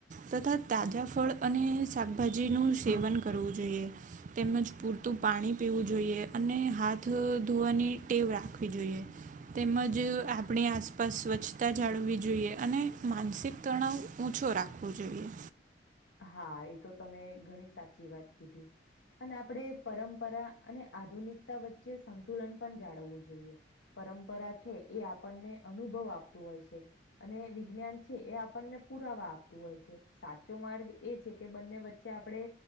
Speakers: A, on the right (about 45°); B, on the left (about 75°).
A: તથા તાજા ફળ અને શાકભાજી નું સેવન કરવું જોઈએ. તેમજ પૂરતું પાણી પીવું જોઈએ અને હાથ ધોવાની ટેવ રાખવી જોઈએ. તેમજ
B: હા
A: આપ આપણી આસપાસ સ્વછતા જાળવવી જોઈએ અને માનસિક તણાવ ઓછો રાખવો જોઈએ.
B: હા એતો તમે ઘણી સાચી વાત કીધી. અને આપણે પરંપરા અને આધુનિકતા વચ્ચે સંતુલન પણ જાળવવું જોઈએ. પરંપરા છે એ, આપણ ને અનુભવ આપતું હોય છે. અને, વિજ્ઞાન છે, એ આપણને પુરાવા આપતું હોય છે. તો, માર્ગ એ છે કે, બન્ને વચ્ચે આપડે